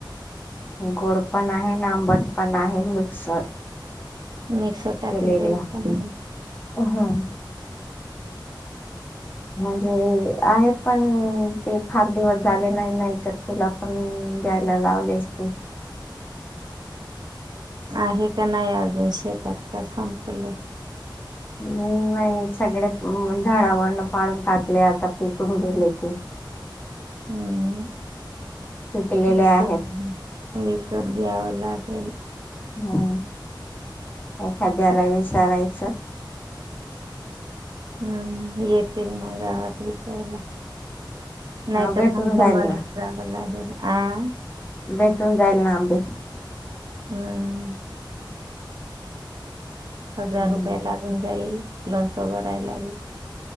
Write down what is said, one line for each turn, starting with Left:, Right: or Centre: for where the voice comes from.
Left: गोड पण आहे ना आंबट पण आहे मिक्स.
Right: मिक्स टाकून
Left: केलेले
Right: द्यायच मंग.
Left: आहे म्हणजे! आहेत पण ते फार दिवस झाले नाही, नाही तर तुला पण द्यायला लावली असते
Right: आहे का नाही अजून शेतात? का संपलय?
Left: हम्म नाही सगळे झाडावरण पाडून टाकले आता पिकून गेले ते.
Right: हम्म
Left: पिकलेले
Right: विकत.
Left: आहेत
Right: विकत घ्यावं लागेल.
Left: हम्म एखाद्याला विचारायचं.
Right: हम्म येतिल ना गावात विकायला. नाही
Left: हा भेटून
Right: तर मग
Left: जाईल
Right: जंगलात.
Left: ना
Right: आ
Left: भेटून जाईल ना आंबे
Right: हम्म हजार
Left: हम्म
Right: रुपये लागून जाईल. लोणच भरायला ये.